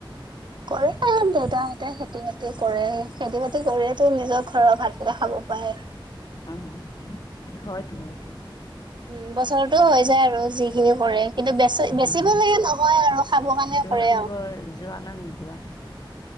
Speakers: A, on the right; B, on the left.
A: কৰে দেউতাহঁতে খেতি বাতি কৰে খেতি বাতি কৰে তো নিজৰ ঘৰৰ ভাতকেইটা খাব পাৰে।
B: অ হয়তো হয়টো।
A: উম বছৰতো হৈ যায় আৰু যিখিনি কৰে কিন্তু বেচ বেচিব
B: উম,
A: লগীয়া নহয় আৰু খাব কাৰণে
B: তুমি
A: কৰে
B: ফুৰিব
A: আৰু।
B: যোৱা নে নোযোৱা?